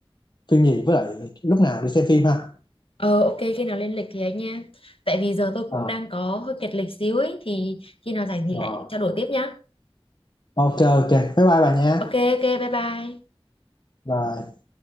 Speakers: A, on the left (about 45°); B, on the left (about 65°).
A: phim gì với lại lúc nào đi xem phim ha
B: Ờ ok khi nào lên lịch thì ấy nha Tại vì giờ tôi
A: Ờ,
B: cũng đang có hơi kẹt lịch xíu ấy Thì khi nào rảnh thì
A: ờ.
B: lại trao đổi tiếp nhá
A: ok ok bye bye bà nha
B: Ok ok bye bye
A: Bye.